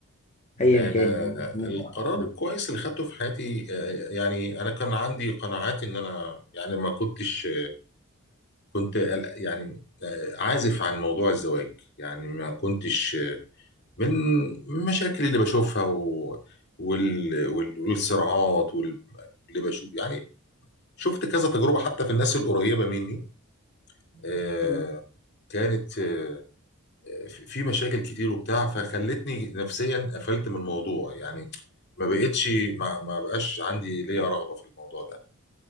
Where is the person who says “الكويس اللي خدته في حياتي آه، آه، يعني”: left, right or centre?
Left